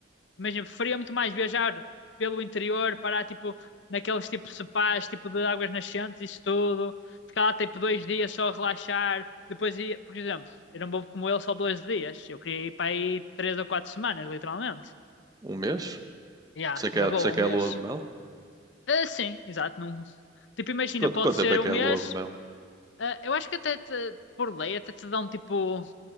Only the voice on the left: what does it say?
Imagina, preferia muito mais viajar pelo interior, parar tipo naqueles tipo sepais, tipo de águas nascentes, isso tudo. Ficar lá tipo dois dias só a relaxar. Depois ia, por exemplo, eu não vou como ele só dois dias. Eu queria ir para aí três ou quatro semanas, literalmente.
Ya,
na
boa,
um mês.
Ah, sim, exato. Não... Tipo, imagina,
pode
ser
um
mês.
ah, eu acho que até te- por lei até te dão tipo